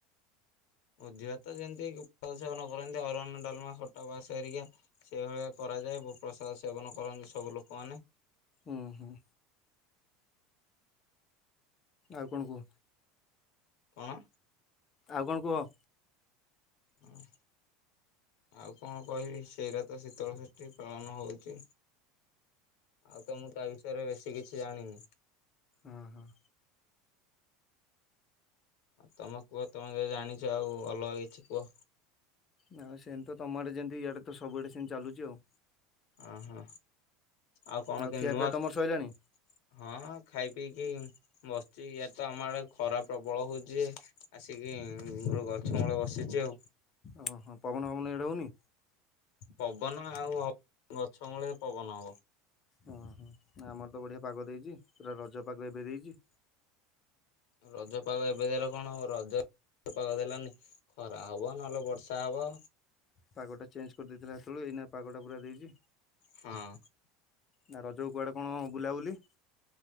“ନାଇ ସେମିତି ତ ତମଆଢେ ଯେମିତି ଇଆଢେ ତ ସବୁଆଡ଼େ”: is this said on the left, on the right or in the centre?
Left